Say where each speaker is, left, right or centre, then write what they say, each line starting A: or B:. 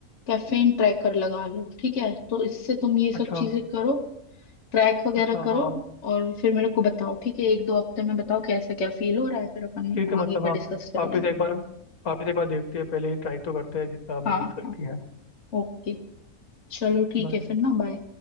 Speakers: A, on the left; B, on the left.
A: कैफीन ट्रैकर लगा लो ठीक है तो इससे तुम ये सब
B: अच्छा
A: चीजें करो ट्रैक वगैरह
B: अच्छा
A: करो
B: हाँ
A: और फिर मेरे को बताओ ठीक है एक दो हफ्ते में बताओ कैसा क्या फील हो रहा है फिर अपन
B: ठीक है मतलब
A: आगे का
B: हाँ
A: डिस्कस कर
B: वापस
A: लेंगे
B: एक बार वापस एक बार देखते हैं पहले ही ट्राई तो करते हैं जितना हमने
A: हाँ
B: डिस्कस
A: हाँ
B: किया है
A: ओके चलो ठीक
B: बाय
A: है फिर ना बाय